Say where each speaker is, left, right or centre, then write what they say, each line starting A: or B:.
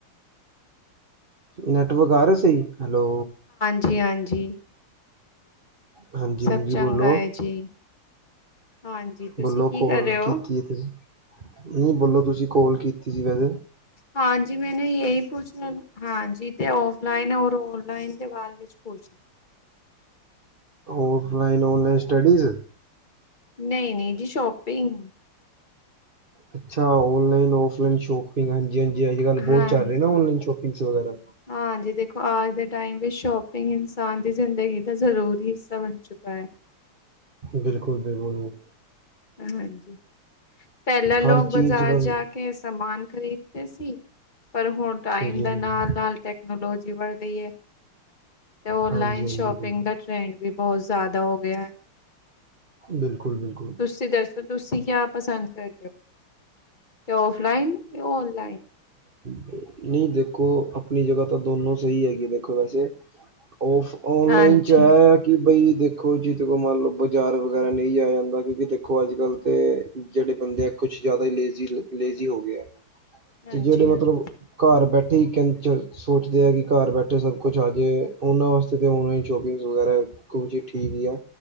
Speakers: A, on the right; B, on the left.
A: ਨੈਟਵਰਕ ਆ ਰਿਹਾ ਸਹੀ ਹੈਲੋ
B: ਜੀ ਹਾਂਜੀ
A: ਹਾਂਜੀ
B: ਸਭ
A: ਹਾਂਜੀ
B: ਚੰਗਾ
A: ਬੋਲੋ
B: ਹੈ ਜੀ ਹਾਂਜੀ ਤੁਸੀਂ
A: ਬੋਲੋ
B: ਕੀ
A: ਕੋਲ
B: ਕਰ ਰਹੇ ਹੋ
A: ਕੀਤੀ ਹੈ ਤੁਸੀ ਨਹੀਂ ਬੋਲੋ ਤੁਸੀਂ ਕੋਲ ਕੀਤੀ ਸੀ ਵੈਸੇ
B: ਹਾਂਜੀ ਮੈਨੂੰ ਇਹੀ ਪੁੱਛਣਾ ਹਾਂਜੀ ਤੇ ੳਫਲਾਈਨ ਤੇ ੳਨਲਾਈਨ ਦੇ ਬਾਰੇ ਵਿੱਚ ਪੁੱਛਣਾ
A: ਔਫਲਾਈਨ ਔਨਲਾਈਨ ਸਟੱਡੀਜ਼
B: ਨਹੀ ਨਹੀ ਜੀ ਸ਼ੋਪਿੰਗ
A: ਅੱਛਾ ਔਨਲਾਈਨ ਔਫਲਾਈਨ ਸ਼ੋਪਿੰਗ ਹਾਂਜੀ ਹਾਂਜੀ ਜੇ ਅੱਜ ਕੱਲ੍ਹ
B: ਹਾਂਜੀ
A: ਬਹੁਤ ਚੱਲ ਰਹੇ ਨਾ ਔਨਲਾਈਨ ਸ਼ੋਪਿੰਗ ਵਗੈਰਾ
B: ਹਾਂਜੀ ਦੇਖੋ ਆਜ ਦੇ ਟਾਇਮ ਵਿੱਚ ਸ਼ੋਪਿੰਗ ਇਨਸਾਨ ਦੀ ਜ਼ਿੰਦਗੀ ਦਾ ਜ਼ਰੂਰੀ ਹਿੱਸਾ ਬਣ ਚੁੱਕਾ ਹੈ <unintelligible>
A: ਬਿਲਕੁਲ- ਬਿਲਕੁਲ
B: ਹਾਂਜੀ ਪਹਿਲਾਂ ਲੋਕ
A: ਹਰ
B: ਬਾਜ਼ਾਰ
A: ਚੀਜ਼ ਬੰ-
B: ਜਾ ਕੇ ਸਮਾਨ ਖਰੀਦ ਦੇ ਸੀ ਪਰ ਹੁਣ ਟਾਈਮ
A: ਹਾਂਜੀ
B: ਦੇ
A: ਹਾਂਜੀ
B: ਨਾਲ ਨਾਲ ਟੈਕਨੋਲੋਜੀ ਮੈਂ ਗਈ ਦੇਈਏ ਤੇ ਓਨਲਾਈਨ
A: ਹਾਂਜੀ,
B: ਸ਼ੋਪਿੰਗ
A: ਹਾਂਜੀ ਬਿਲਕੁਲ,
B: ਦਾ ਟ੍ਰੈਂਡ ਵੀ ਬਹੁਤ ਜ਼ਿਆਦਾ ਹੋ ਗਿਆ ਹੈ
A: ਬਿਲਕੁਲ- ਬਿਲਕੁਲ
B: ਤੁਸੀ ਦੱਸੋ ਤੁਸੀ ਕਿਆ ਪਸੰਦ ਕਰਦੇ ਹੋ ਤੇ ਔਫਲਾਈਨ ਤੇ ਔਨਲਾਈਨ
A: ਨਹੀ ਦੇਖੋ ਆਪਣੀ ਜਗ੍ਹਾ ਤਾਂ ਦੋਨੋ ਸਹੀ ਹੈਗੀ ਵੈਸੇ ਫ ਔਨਲਾਈਨ
B: ਹਾਂਜੀ,
A: ਚ ਆ ਕਿ ਬਈ ਦੇਖੋ ਜਿਦੇ ਕੋ ਮੰਨ ਲਓ ਬਾਜ਼ਾਰ ਵਗੈਰਾ ਨਹੀ ਜਾਇਆ ਜਾਂਦਾ ਕਿਉਂਕਿ ਦੇਖੋ ਅੱਜ ਕੱਲ ਤੇ ਜਿਹੜੇ ਬੰਦੇ ਆ ਕੁੱਛ ਜਾਦਾ ਈ ਲੇਜ਼ੀ ਲੇਜ਼ੀ ਹੋ ਗਿਆ
B: ਹਾਂਜੀ-ਹਾਂਜੀ,
A: ਤੇ ਜੇੜ੍ਹੇ ਮਤਲਬ ਘਰ ਬੈ ਠੀਕ ਕਹਿੰ ਚ ਸੋਚਦੇ ਆ ਕਿ ਘਰ ਬੈਠੇ ਸਭ ਕੁੱਛ ਆਜੇ ਉਨਾਂ ਵਾਸਤੇ ਤੇ ਔਨਲਾਈਨ ਸ਼ੋਪਿੰਗ ਵਗੈਰਾ ਕੁਝ ਜੀ ਠੀਕ ਈ ਐ